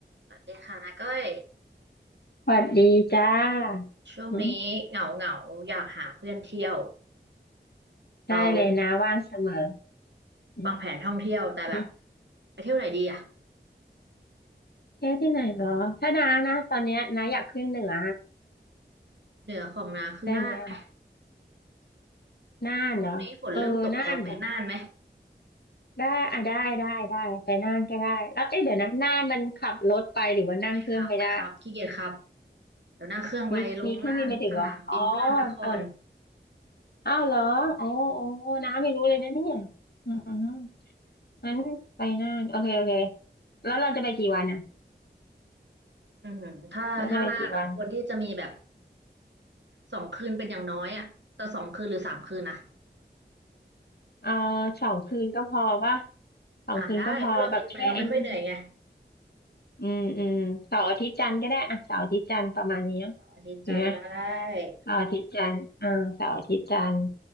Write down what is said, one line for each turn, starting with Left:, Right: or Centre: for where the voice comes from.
Right: สวัสดีค่ะนาก้อย
Left: สวัสดีจ้า
Right: ช่วงนี้เหงาเหงาอยากหาเพื่อนเที่ยว
Left: อืมได้เลยนะว่างเสมอ
Right: เรา
Left: อืม
Right: วางแผนท่องเที่ยวแต่แบบ
Left: อืม
Right: ไปเที่ยวไหนดีอ่ะ
Left: เที่ยวที่ไหนเหรอถ้าน้านะตอนเนี้ยน้าอยากขึ้นเหนือ
Right: เหนือของนาคือน่านไหม
Left: ได้ไหมอะน่านเหรอ
Right: นี้ฝนเริ่มตกแล้วไปน่านไหม
Left: เออน่านเหรอ ได้อ่ะได้ได้ได้ไปน่านก็ได้แล้วเอ๊ะเดี๋ยวนะน่านมันขับรถไปหรือว่านั่งเครื่องไปได้
Right: ไม่ครับไม่ครับขี้เกียจครับเดี๋ยวนั่งเครื่องไปลงน่านสนามบินน่านนคร
Left: มีมีเครื่องบินไปถึงเหรอ อ๋อเอออ้าวเหรออ๋ออ๋อน้าไม่รู้เลยนะเนี่ยอืมงั้นไปน่านโอเคโอเคแล้วเราจะไปกี่วันอ่ะ
Right: อืมอือหือถ้าถ้าน่านอ่ะควรที่จะมีแบบ
Left: เราจะไปกี่วัน
Right: สองคืนเป็นอย่างน้อยอ่ะแต่สองคืนหรือสามคืนนะ
Left: เออสองคืนก็พอว่าสองคืนก็พอแบบแค่ไอ้นี่
Right: อ่าได้เพราะเราบินไปเราไม่ค่อยเหนื่อยไง
Left: อืมอืมเสาร์อาทิตย์จันทร์ก็ได้อะเสาร์อาทิตย์จันทร์ประมาณเนี้ย
Right: อาทิตย์จันทร์ได้
Left: เห็นไหมเสาร์อาทิตย์จันทร์อ่าเสาร์อาทิตย์จันทร์